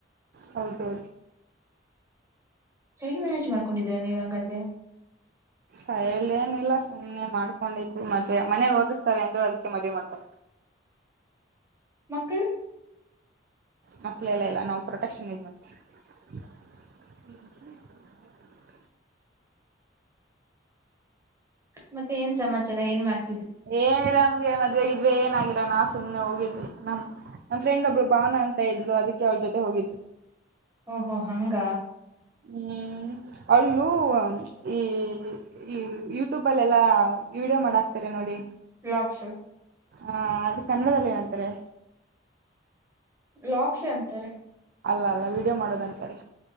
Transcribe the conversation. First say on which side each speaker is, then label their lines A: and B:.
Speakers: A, on the right (about 55°); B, on the right (about 15°).
A: ಹೌದು
B: ಚೈಲ್ಡ್ ಮ್ಯಾರೇಜ್ ಮಾಡ್ಕೊಂಡಿದ್ದೀರಾ ನೀವ್ ಹಂಗದ್ರೆ
A: ಹೇಳೇನಿಲ್ಲ ಸುಮ್ಮ್ನೆ ಮಾಡ್ಕೊಂಡಿದ್ದು ಮದ್ವೆ ಮನೇಲಿ ಓದಿಸ್ತಾರೆ ಅಂದ್ರು ಅದಕ್ಕೆ ಮದ್ವೆ ಮಾಡ್ಕೊಂಡ್ವಿ
B: ಮಕ್ಳು
A: ಮಕ್ಕಳ ಎಲ್ಲ ಎಲ್ಲ ನಾವು ಪ್ರೊಟೆಕ್ಷನ್ ಯೂಸ್ ಮಾಡ್ತೀವಿ <unintelligible>
B: ಮತ್ತೆ ಏನ್ ಸಮಾಚಾರ ಏನ್ ಮಾಡ್
A: ಏನಿಲ್ಲ ನಮ್ಗೆ ಮದ್ವೆ ಗಿದ್ವೆ ಏನಾಗಿಲ ನಾ ಸುಮ್ನೆ ಹೋಗಿದ್ ದ್ವಿ ನಮ್ ನಮ್ ಫ್ರೆಂಡ್ ಒಬ್ರು ಬಾನು ಅಂತ ಇದ್ಲು ಅದಕೆ ಅವ್ಳ ಜೊತೆ ಹೋಗಿದ್ವಿ.
B: ಓಹೋ ಹಂಗ
A: ಹ್ಮ್ ಅವ್ಳು ಈ ಈ ಯೂಟ್ಯೂಬಲ್ ಎಲ್ಲಾ ವಿಡಿಯೋ ಮಾಡಾಕ್ತಾರೆ ನೋಡಿ ಹ್ಮ್
B: ಬ್ಲಾಗ್ಸ್
A: ಹಾ ಅದ ಕನ್ನಡದಲ್ಲಿ ಏನಂತರೆ
B: ವ್ಲಾಗ್ಸ್ ಅಂತರೆ
A: ಅಲ್ಲ ವೀಡಿಯೋ ಮಾಡೋದಂತರೆ